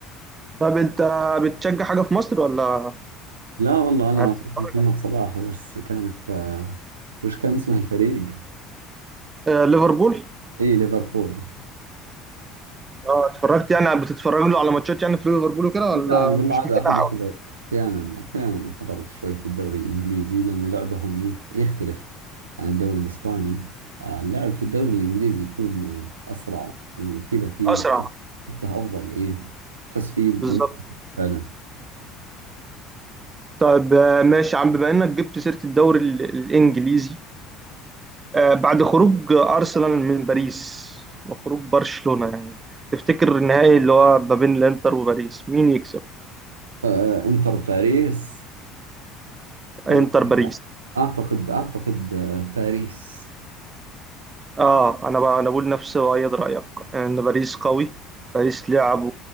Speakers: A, on the right; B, on the right.
A: طب انت بتشجع حاجه في مصر ولا
B: لا والله أنا
A: يعني بتتفرج
B: أشوف محمد صلاح بس كان في آه، وش كان اسمه الفريق؟
A: آه ليفربول
B: اي ليفربول
A: اه اتفرجت يعني بتتفرج له على ماتشات يعني في ليفربول وكده
B: لا
A: ولا
B: انا بالعاده
A: مش متابع
B: احب احضر
A: أوي؟
B: احيانا احيانا احضر شوي في الدوري الانجليزي لان لعبهم يخ- يختلف عن الدوري الاسباني آه، اللعب في الدوري الانجليزي يكون آه، اسرع وكذا فيه
A: اسرع
B: تحسه افضل ايه تحس فيه منافسه
A: بالظبط
B: فعلا
A: طيب آه، ماشي يا عم بما انك جبت سيره الدوري ال- الانجليزي آه بعد خروج ارسنال من باريس وخروج برشلونه يعني تفتكر النهائي اللي هو ما بين الانتر وباريس مين يكسب
B: آه، انتر باريس والله
A: انتر باريس
B: اعتقد اعتقد آه، باريس
A: اه انا بقى انا بقول نفس ايد رايك ان باريس قوي باريس لعبه